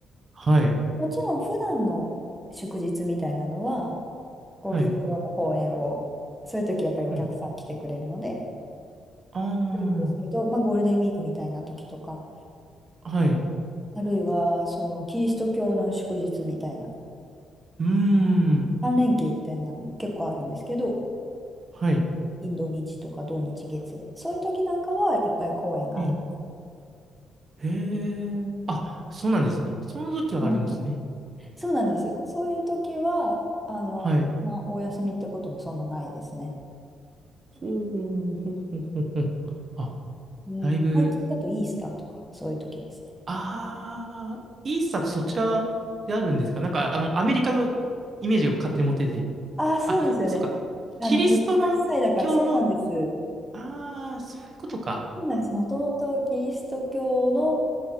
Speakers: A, on the right; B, in the centre.
A: はい、
B: もちろん普段の祝日みたいなのは、こう劇場も公演を、
A: はい、
B: そういう時やっぱりお客さん来てくれるので、
A: うん、あ
B: するんですけど、まあ、ゴールデンウィークみたいな時とか、
A: あ、はい、
B: あるいはそのキリスト教の祝日みたいな、
A: うーん、
B: 三連休みたいなのも結構あるんですけど、
A: はい、
B: 金土日とか土日月で、そういう時なんかはいっぱい公演があり
A: ええ、へえ、あ、そうなんですね。その時はあるんですね。
B: ます。そうなんです。そういう時は、あの、
A: はい。
B: まあお休みってこともそんなないですね。
A: ほう、ほうほうほうほう。あ、
B: うん、
A: だいぶ
B: 最近だとイースターとか、そういう時ですね。
A: ああ、イーサってそちらであるんですかなんか、あの、アメリカのイメージを勝手に持ってて。
B: ああ、そうですよね。
A: あ、そうか。
B: あの、
A: キリストの教の、
B: 復活祭だから、そうなんです。
A: ああ、そういうことか。
B: そうなんです。もともとキリスト教の